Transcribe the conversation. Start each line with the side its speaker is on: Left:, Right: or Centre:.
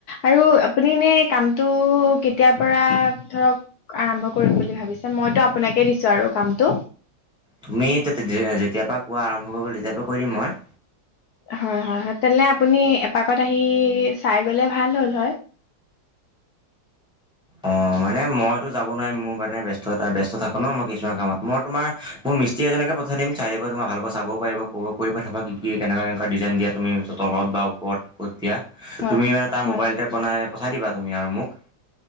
Left: আৰু আপুনি নে কামটো এতিয়াৰ পৰা ধৰক আৰম্ভ কৰিম বুলি ভাবিছে মইতো আপোনাকে দিছোঁ আৰু কামটো।
Centre: তুমি যেতিয়াৰ পৰা কোৱা আৰম্ভ কৰিব তেতিয়াৰ পৰা ক কৰি দিম মই।
Left: হয়, হয়, হয়, তেনে আপুনি এপাকত আহি চাই গ'লে ভাল হ'ল হয়।
Centre: অ, মানে মইতো যাব নোৱাৰি মোৰ মানে ব্যস্ততা ব্যস্ত থাকো ন মই কিছুমান কামত মই তোমাৰ মোৰ মস্ত্ৰী এজনকে পঠাই দিম, চাই থাকিবা তোম ভালৈ চাব পিব ক কৰি পঠাবা কি কি কেনেুৱা কেনেুৱ ডিজাই দিয়া তুমি তল বা ওপৰত, ক'ত দিয়া
Left: হয়
Centre: তুমি মানে তাৰ
Left: হয়
Centre: মোবাইল এপ বনাই পঠাই দিবা তুমি আৰু মোক।